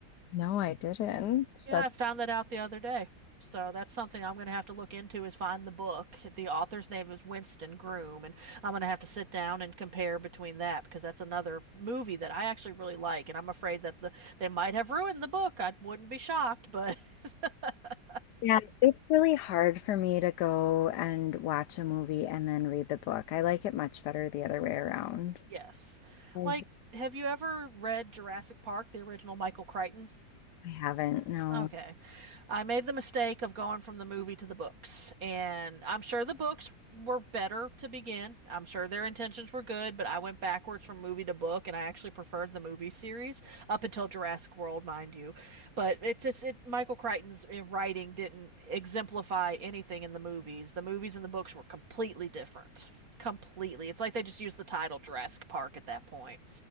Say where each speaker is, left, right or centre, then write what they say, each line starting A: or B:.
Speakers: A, on the left; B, on the right.
A: No, I didn't.
B: Yeah,
A: That
B: I found that out the other day. So that's something I'm going to have to look into is find the book. The author's name is Winston Groom, and I'm going to have to sit down and compare between that because that's another movie that I actually really like, and I'm afraid that the they might have ruined the book. I wouldn't be shocked, but <laughs>
A: Yeah, it's really hard for me to go and watch a movie and then read the book. I like it much better the other way around.
B: yes.
A: I-
B: Like, have you ever read Jurassic Park, the original Michael Crichton?
A: I haven't, no.
B: Okay. I made the mistake of going from the movie to the books, and I'm sure the books were better to begin. I'm sure their intentions were good, but I went backwards from movie to book, and I actually preferred the movie series up until Jurassic World, mind you. But it's just it, Michael Crichton's uh, writing didn't exemplify anything in the movies. The movies and the books were completely different. Completely. It's like they just used the title Jurassic Park at that point.